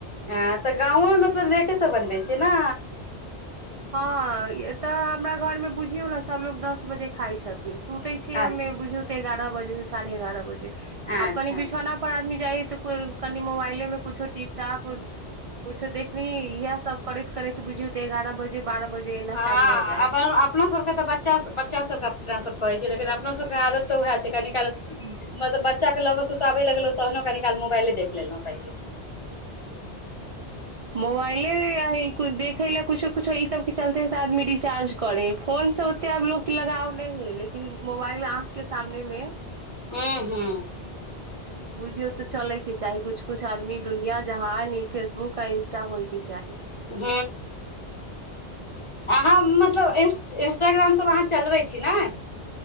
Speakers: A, on the left; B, on the right.
A: ह तऽ गाँोमे मतलब लेटे सब बनबै छिय ने।
B: हँ ए तऽ हमरा घरमे बुझियौ ने सभलोग दस बजे खााय छथिन। सुते छ
A: अच्छा
B: हमे बुझियौ ते एगारह बजे से साढ़े एगारह बजे आब
A: अच्छा
B: कनि बिछौना
A: अच्छा
B: पर आदमी। जाइ हे तु को। कनि मोबाइले में कुछो टिप टॉप कुछो देखनी इएह सब। करैत करैत बुझिय त एगारह बजे। बारह। एना
A: हँ
B: टाइम भऽ जाइ
A: अपन
B: हइ
A: अपनो सभके तऽ बच्चा बच्चा सभके। सब कहै छी लेकिन अपना सबके आदत तऽ उएह छै कनि। मतलब बच्चा के लऽग सुताे लगल तहनो काल मोबाइल। देख लेलहुँ कहिल।
B: मोबाइले देखै लए कुछो कुछो ई सबके चलते ह तऽ आदमी रिचार्ज करै ह फोन से ओते आब लोक लगाव नहि हय लेकिन मोबाइल अहाँके सामने मे।
A: हू हू।
B: बुझियौ तऽ चलेके चाही कु कुछ आदमी दुनिया जहाँ न फेसबुक आ इंस्टा होयके चाही।
A: ह्म अहाँ मतलब इ इंस्टाग्रामसभ अहाँ चलबै छी ने।